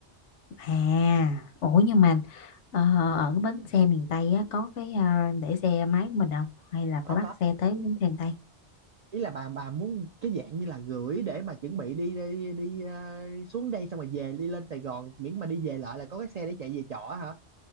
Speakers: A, on the left; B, on the right.
A: À, ủa nhưng mà ờ, ở cái bến xe miền Tây á, có cái ờ, để xe máy của mình không? Hay là
B: có
A: phải
B: có
A: bắt xe tới bến xe miền Tây?
B: ý là bà bà muốn cái dạng như là gửi để mà chuẩn bị đi đi đi ờ, xuống đây xong rồi về đi lên Sài Gòn miễn mà đi về lại là có cái xe để chạy về trọ hả